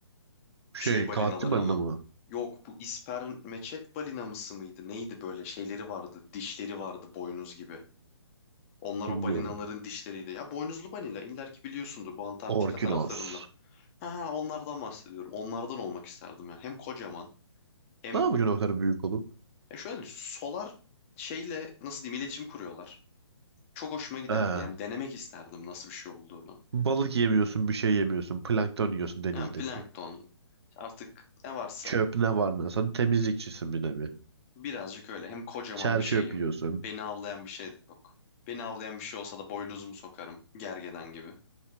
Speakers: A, on the right (about 60°); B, on the left (about 30°).
A: Şey,
B: şey balinaları
A: katil balina
B: ama.
A: mı?
B: Yok bu ispermeçet balinamısı mıydı? Neydi böyle şeyleri vardı dişleri vardı boynuz gibi. Onlar
A: Bilmiyorum.
B: o balinaların dişleriydi. Ya boynuzlu balina iller ki biliyorsundur bu Antarktika
A: Orkinos.
B: taraflarında. Ha ha onlardan bahsediyorum. Onlardan olmak isterdim ya. Hem kocaman hem
A: Ne yapacaksın o kadar büyük olup?
B: e şöyle solar şeyle nasıl diyeyim iletişim kuruyorlar. Çok hoşuma giderdi.
A: Ee,
B: Yani denemek isterdim nasıl bir şey olduğunu.
A: balık yemiyorsun, bir şey yemiyorsun. Plankton yiyorsun denizdeki.
B: Yani plankton işte artık ne varsa
A: Çöp ne var ne? Sen temizlikçisin bir nevi.
B: birazcık öyle. Hem kocaman
A: Çer
B: bir
A: çöp
B: şeyim.
A: yiyorsun.
B: Beni avlayan bir şey de yok. Beni avlayan bir şey olsa da boynuzumu sokarım. Gergedan gibi.